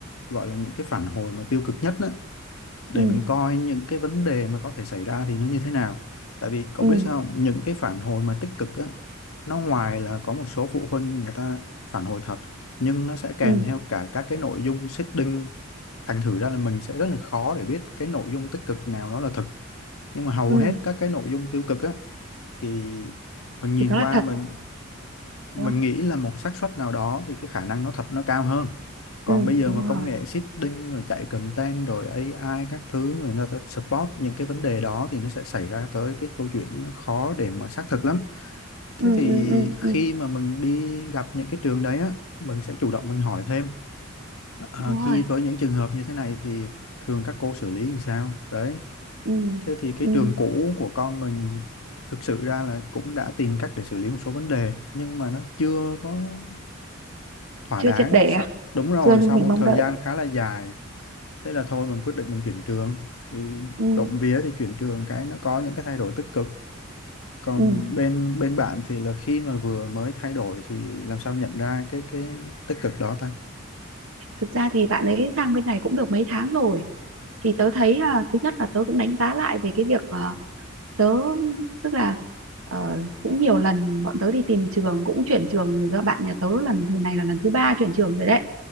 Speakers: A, on the left; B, on the right.
A: gọi là những cái phản hồi mà tiêu cực nhất á, để
B: ừ
A: mình coi những cái vấn đề mà có thể xảy ra thì nó như thế nào tại vì cậu
B: ừ
A: biết sao không? những cái phản hồi mà tích cực á nó ngoài là có một số phụ huynh người ta phản hồi thật nhưng nó sẽ kèm
B: ừ
A: theo cả các cái nội dung seeding đinh thành thử ra là mình sẽ rất là khó để biết cái nội dung tích cực nào nó là thực nhưng mà hầu
B: ừ
A: hết các cái nội dung tiêu cực á thì mình
B: thì
A: nhìn
B: đó là
A: qua
B: thật
A: mình mình
B: đúng không
A: nghĩ là một xác suất nào đó thì cái khả năng nó thật nó cao hơn còn
B: ừ
A: bây giờ
B: đúng
A: mà
B: rồi
A: công nghệ seeding rồi chạy content rồi AI các thứ rồi nó sẽ support những cái vấn đề đó thì nó sẽ xảy ra tới cái câu chuyện nó khó để mà xác thực lắm thế
B: ừ
A: thì
B: ừ ừ
A: khi
B: ừ
A: mà mình đi gặp những cái trường đấy á mình sẽ chủ động mình hỏi thêm Ờ,
B: đúng
A: khi
B: rồi
A: với những trường hợp như thế này thì thường các cô xử lý làm sao đấy
B: ừ
A: thế thì cái
B: ừ
A: trường cũ của con mình thực sự ra là cũng đã tìm cách để xử lý một số vấn đề nhưng mà nó chưa có thỏa
B: chưa
A: đáng
B: triệt để
A: Sa-
B: à
A: đúng rồi
B: chưa như
A: sau
B: mình
A: một
B: mong
A: thời
B: đợi
A: gian khá là dài thế là thôi mình quyết định mình chuyển trường thì
B: ừ,
A: trộm vía thì chuyển trường cái nó có những cái thay đổi tích cực còn
B: ừ.
A: bên bên bạn thì là khi mà vừa mới thay đổi thì làm sao nhận ra cái cái tích cực đó ta
B: thực ra thì bạn ấy sang bên này cũng được mấy tháng rồi thì tớ thấy à, thứ nhất là tớ cũng đánh giá lại về cái việc à, tớ tức là ờ, cũng nhiều lần bọn tớ đi tìm trường cũng chuyển trường rồi, do bạn nhà tớ lần thứ này là lần thứ ba chuyển trường rồi đấy